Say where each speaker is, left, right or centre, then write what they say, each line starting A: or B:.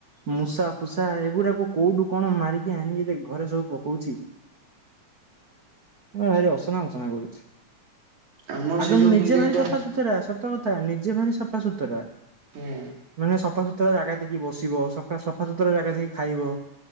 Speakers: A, on the right (about 50°); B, on the right (about 70°).
A: ମୂଷା ଫୁଷା ଏଗୁରାକୁ କୋଉଠୁ କଣ ମାରିକି ଆଣିକି ଘରେ ସବୁ ପକଉଛି ଭାରି ଅସନା ମସନା କରୁଛି।
B: ଆମର
A: ଆଗ
B: ସେ ଯୋଉ
A: ନିଜେ
B: ବିଲେଇ
A: ଭାରି
B: ଟା
A: ସଫାସୁତୁରା ସ <unintelligible> ନିଜେ ଭାରି ସଫା ସୁତୁରା
B: ହୁଁ
A: ମାନେ ସଫା ସୁୁତୁରା ଜାଗା ଦେଖି ବସିବ, ସଫା ସୁତୁରା ଜାଗା ଦେଖି ଖାଇବ